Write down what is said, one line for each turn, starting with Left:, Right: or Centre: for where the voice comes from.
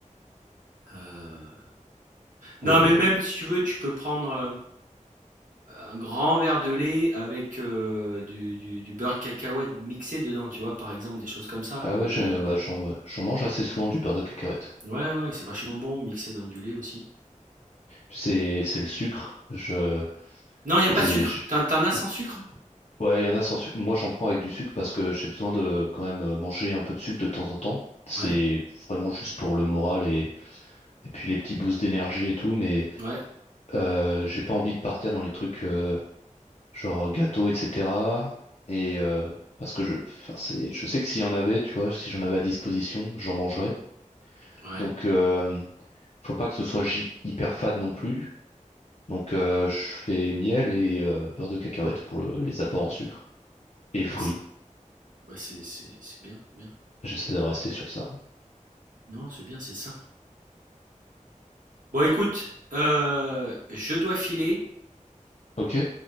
Right: Heu, non,
Left: Peu, euh,
Right: mais même si tu veux, tu peux prendre, heu un grand verre de lait avec euh, du, du, du beurre de cacahuète mixé dedans, tu vois, par exemple, des choses comme ça.
Left: Ah
Right: Ouais,
Left: ouais, j'ai-
Right: euh,
Left: bah, j'en euh, j'en mange assez souvent du beurre de cacahuète.
Right: ouais, ouais, c'est vachement bon, mixé dans du lait aussi.
Left: C'est c'est le sucre. Je
Right: Non, il n'y a pas
Left: j'ai
Right: de sucre.
Left: j'-
Right: T'en, t'en as sans sucre? hein
Left: ouais, il y en a sans sucre. Moi, j'en prends avec du sucre parce que j'ai besoin de quand même euh, manger un peu de sucre de temps en temps. C'est
Right: Ouais,
Left: vraiment juste pour le moral et, et puis les petits boosts d'énergie et tout, mais
Right: ouais,
Left: euh, j'ai pas envie de partir dans les trucs. euh, genre euh, gâteau, etc. Et euh, parce que je, enfin, c'est, je sais que s'il y en avait, tu vois, si j'en avais à disposition, j'en mangerais.
Right: ouais.
Left: Donc, euh, faut pas que ce soit gi- hyper fade non plus. Donc, euh, je fais miel et euh, beurre de cacahuète pour le- les apports en sucre et fruits.
Right: ouais, c'est, bah, c'est, c'est- c'est bien, c'est bien.
Left: J'essaie de rester sur ça.
Right: Non, c'est bien, c'est ça. Bon, écoute, euh, je dois filer.
Left: Ok?